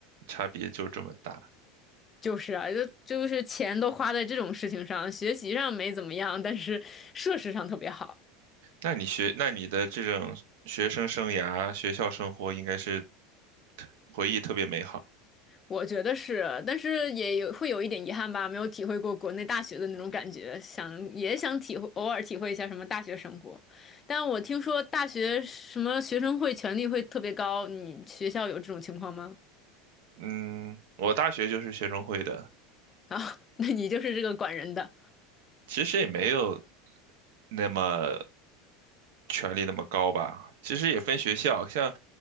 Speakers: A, on the right; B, on the left.
A: 差别就这么大。
B: 就是啊，就就是钱都花在这种事情上，学习上没怎么样，但是设施上特别好。
A: 那你学，那你的这种学生生涯、学校生活应该是特回忆特别美好。
B: 我觉得是，但是也有会有一点遗憾吧，没有体会过国内大学的那种感觉，想也想体会，偶尔体会一下什么大学生活。但我听说大学什么学生会权力会特别高，你学校有这种情况吗？
A: 嗯，我大学就是学生会的，
B: 啊，<laughs> 那你就是这个管人的，
A: 其实也没有那么权力那么高吧。其实也分学校，像